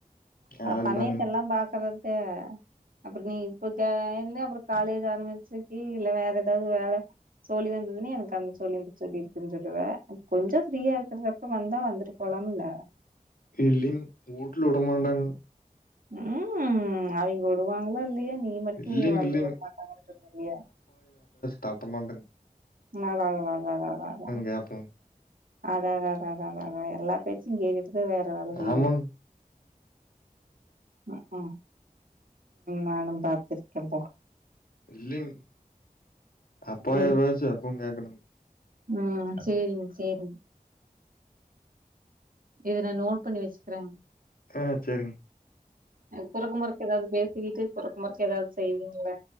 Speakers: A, on the right; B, on the left.
A: அட
B: அதுலங்க
A: பண்ணையத்த எல்லாம் பாக்குறத அப்றம் நீ இப்ப சேந்து அப்றம் காலேஜ் ஆரம்பிச்சிக்கி, இல்ல வேற ஏதாவது வேல சோலி வந்து இங்ஙயே எனக்கு அந்த சோலி சோலி இருக்கு. சொல்லுவ. கொஞ்சம் ஃப்ரீயா இருக்றப்ப வந்தா வந்துட் போலாம்முல
B: இல்லிங் ஊட்ல உடமாட்டாங்க.
A: உம் உம் அவெங்க விடுவாங்ளோ இல்லயோ நீ மட்டும்
B: இல்லிங்,
A: நீ வந்து
B: இல்லிங்.
A: விட மாட்டாங்கன்னு சொல்லுவிய.
B: தட்டமாட்டேங்
A: <unintelligible>
B: கேப்பேங்க.
A: அடாடா அடாடா அடாடா எல்லா பேச்சும் கே இத வேற வேல செய்வ
B: ஆமாங்க.
A: அ ஆ நானு பாத்துருக்கே பா
B: இல்லிங் அப்ப
A: ம்
B: ஏதாச்சு அப்பவு கே்கணுங்.
A: ம் சேரிங்க, சேரிங்க. இத நா நோட் பண்ணி வச்சிக்கிறேங்.
B: ஆ சரிங்க.
A: குறக்கு மறுக்கு ஏதாவது பேசிக்கிட்டு குற நமக்கு ஏதாவது செய்வீங்கல்ல?